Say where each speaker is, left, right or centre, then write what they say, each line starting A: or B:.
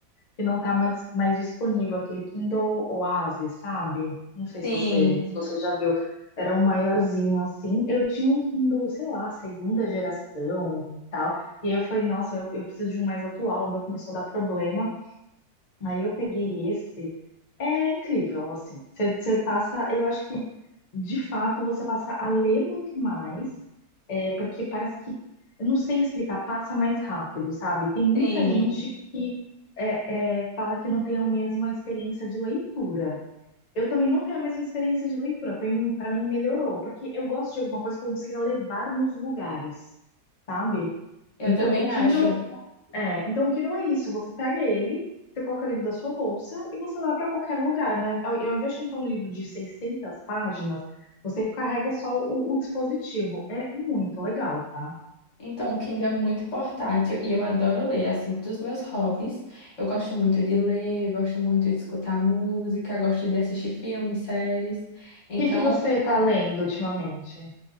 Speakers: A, on the left; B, on the left.
A: que não tá mais, mais disponível, aquele Kindle Oasis, sabe? Não sei
B: Sim,
A: se você, se você já viu. Era um maiorzinho assim. Eu tinha um Kindle, sei lá, segunda geração e tal. E aí eu falei, nossa, eu, eu preciso de um mais atual. O meu começou a dar problema. Aí eu peguei esse. É incrível, assim. Você você passa, eu acho que de fato você passa a ler muito mais, é, porque parece que, eu não sei explicar, passa mais rápido, sabe? Tem muita
B: sim.
A: gente que é, é, fala que não tem a mesma experiência de leitura. Eu também não tenho a mesma experiência de leitura. Para mim, para mim melhorou, porque eu gosto de alguma coisa que eu consiga levar nos lugares, sabe?
B: Eu
A: Então,
B: também
A: o Kindle
B: acho.
A: é, então o que não é isso? Você pega ele, você coloca dentro da sua bolsa e você leva para qualquer lugar, né? Ao, ao invés de comprar um livro de 600 páginas, você carrega só o, o dispositivo. É muito legal, tá?
B: Então, o Kindle é muito portátil e eu adoro ler. Assim, dos meus hobbies, eu gosto muito de ler, gosto muito de escutar música, gosto de assistir filmes, séries.
A: O
B: Então,
A: que que você tá lendo ultimamente?